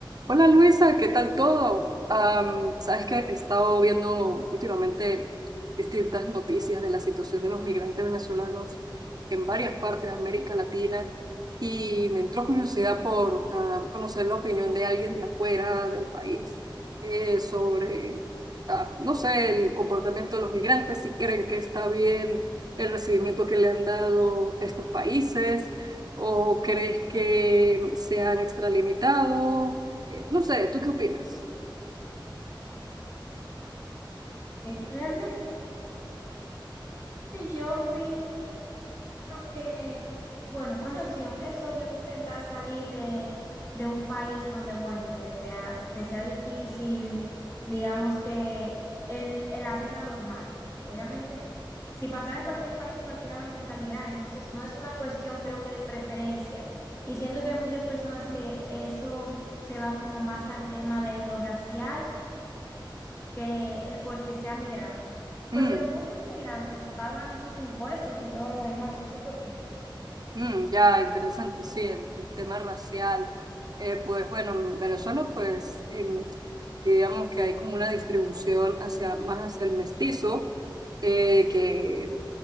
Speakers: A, on the right; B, on the left.
A: Hola Luisa, ¿qué tal todo? Am, sabes que he estado viendo últimamente distintas noticias de la situación de los migrantes venezolanos en varias partes de América Latina y me entró curiosidad por ah, conocer la opinión de alguien de afuera del país eh, sobre, ah, no sé, el comportamiento de los migrantes, si creen que está bien el recibimiento que le han dado estos países. ¿O crees que se han extralimitado? Eh, No sé, ¿tú qué opinas?
B: Ok, realmente yo opino que, bueno, con relación, es obvio que intentar salir de, de un país donde, bueno, donde te, ha- te sea difícil, digamos que el, el- la vida normal. Obviamente, si pasara en cualquier país, cualquiera va a intentar migrar, entonces no es una cuestión, creo que de preferencia. Y siento que hay muchas personas que eso se va como más al tema de lo racial que el por qué sea migrante.
A: Mm,
B: Porque muchos migrantes pagan sus impuestos y todo lo demás. ¿O tú qué opinas?
A: mm, ya, interesante, sí, el, el tema racial. Eh, pues bueno, en Venezuela, pues em, digamos que hay como una distribución hacia, más hacia el mestizo, eh, que